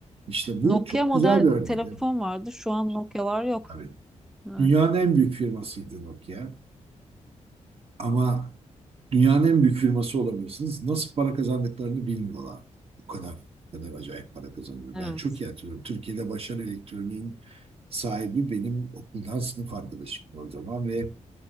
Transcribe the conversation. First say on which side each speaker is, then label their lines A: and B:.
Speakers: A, on the right; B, in the centre.
A: İşte bu
B: Nokia
A: çok
B: model
A: güzel bir örnek.
B: telefon
A: Evet.
B: vardı. Şu an Nokia'lar yok.
A: Tabii.
B: Evet.
A: Dünyanın en büyük firmasıydı Nokia. Ama dünyanın en büyük firması olabilirsiniz. Nasıl para kazandıklarını bilmiyorlar. Bu kadar, bu kadar acayip para kazanıyor.
B: Evet.
A: Ben çok iyi hatırlıyorum. Türkiye'de Başarı Elektronik'in sahibi benim okuldan sınıf arkadaşım o zaman ve